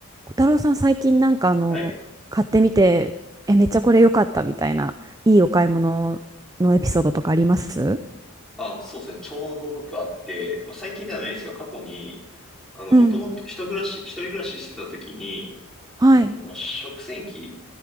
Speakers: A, on the right (about 15°); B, in the centre.
A: 小太郎さん、最近なんかあの、
B: はい。
A: 買ってみて、え、めっちゃこれ良かったみたいな、いいお買い物のエピソードとかあります
B: あ、そうですね。ちょうど僕あって、まあ、最近ではないですけど、過去に、あの、
A: うん。
B: もともと一人暮らし、一人暮らししてた時に、
A: はい。
B: あの、食洗機、